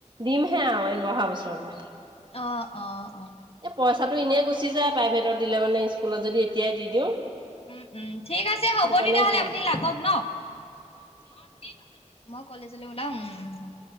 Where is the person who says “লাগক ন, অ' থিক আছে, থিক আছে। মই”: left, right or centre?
Left